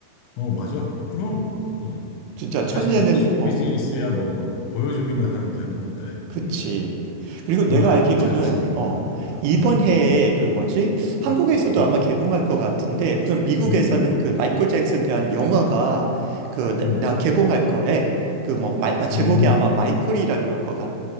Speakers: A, on the left; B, on the right.
A: 어, 맞아. 그럼. 음.
B: 진짜
A: 사실
B: 천재는,
A: 쇼
B: 어,
A: 비즈니스야 뭐, 보여주기만 하면 되는 건데,
B: 그치.
A: 음.
B: 그리고
A: 그
B: 내가
A: 안에
B: 알기로는,
A: 뭐 장치가 있던
B: 어,
A: 없던.
B: 이번
A: 음.
B: 해에 그 뭐지? 한국에서도
A: 음. 음.
B: 아마 개봉할 것 같은데, 우선 미국에서는
A: 음. 음.
B: 그 마이클 잭슨 대한 영화가 그, 나,
A: 음.
B: 나 개봉할 거래. 그 뭐, 마, 아, 제목이
A: 음.
B: 아마 마이클이라 그럴 것 같,